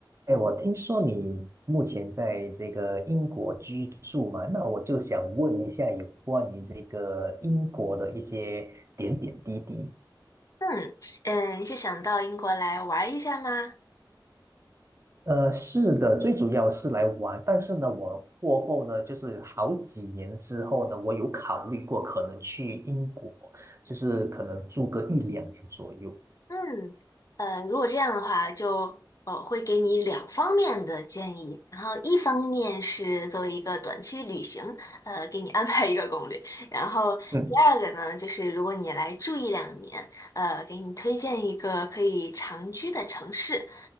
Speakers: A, on the right; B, on the left.
A: 哎，我听说你目前在这个英国居住嘛，那我就想问一下有关于这个英国的一些点点滴滴。
B: 嗯嗯，是想到英国来玩一下吗？
A: 呃，是的，最主要是来玩，但是呢，我过后呢，就是好几年之后呢，我有考虑过可能去英国，就是可能住个一两年左右。
B: 嗯，呃，如果这样的话，就呃会给你两方面的建议，然后一方面是作为一个短期旅行，呃，给你安排一个攻略，然后第二个呢，
A: 嗯。
B: 就是如果你来住一两年，呃，给你推荐一个可以长居的城市。